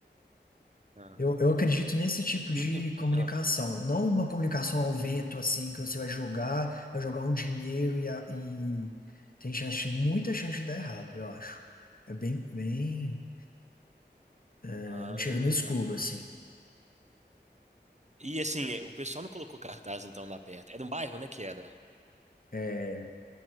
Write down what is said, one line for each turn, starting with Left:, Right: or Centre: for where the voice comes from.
Right: Ah.
Left: Eu, eu acredito nesse tipo
Right: E
Left: de
Right: Eu, eu-
Left: comunicação,
Right: ah,
Left: não uma comunicação ao vento, assim, que você vai jogar, vai jogar um dinheiro e, a- e tem chance, muita chance de dar errado, eu acho. É bem, bem, é
Right: ah.
Left: um tiro no escuro, assim.
Right: E assim, o pessoal não colocou cartaz então lá perto. Era um bairro, né, que era?
Left: É,